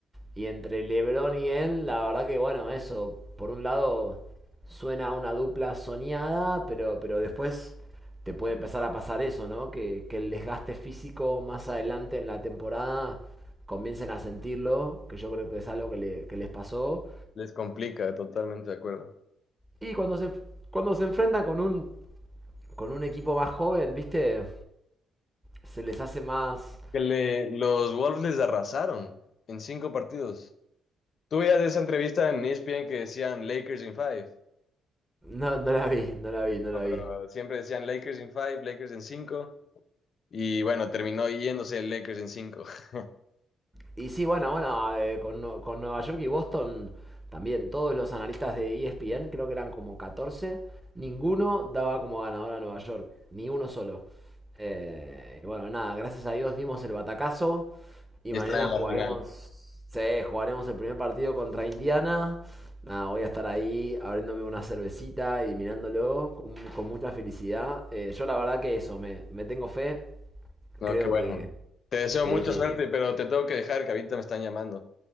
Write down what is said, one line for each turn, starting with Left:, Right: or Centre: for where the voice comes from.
Right: Y entre LeBron y él, la verdad que bueno, eso, por un lado suena una dupla soñada, pero, pero después te puede empezar a pasar eso, ¿no? Que, que el desgaste físico más adelante en la temporada comiencen a sentirlo, que yo creo que es algo que, le- que les pasó.
Left: les complica, totalmente de acuerdo.
Right: Y cuando se, cuando se enfrentan con un, con un equipo más joven, ¿viste? Se les hace más...
Left: Que le, los Wolves les arrasaron en cinco partidos. Tú veías esa entrevista en ESPN que decían Lakers in five,
Right: No, no la vi, no la vi, no
Left: No,
Right: la
Left: pero
Right: vi.
Left: siempre decían Lakers in five, Lakers en cinco, y bueno, terminó yéndose el Lakers en cinco <laughs>
Right: Y sí, bueno, bueno, eh, con, Nu- con Nueva York y Boston también, todos los analistas de ESPN, creo que eran como catorce ninguno daba como ganador a Nueva York, ni uno solo. Eh, y bueno, nada, gracias a Dios dimos el batacazo y
Left: y
Right: mañana
Left: están en
Right: jugaremos,
Left: la final.
Right: sí, jugaremos el primer partido contra Indiana. Nada, voy a estar ahí abriéndome una cervecita y mirándolo con, con mucha felicidad. Eh, yo la verdad que eso, me, me tengo fe,
Left: No,
Right: creo
Left: qué bueno.
Right: que...
Left: Te deseo
Right: Sí,
Left: mucha
Right: sí.
Left: suerte, pero te tengo que dejar, que ahorita me están llamando.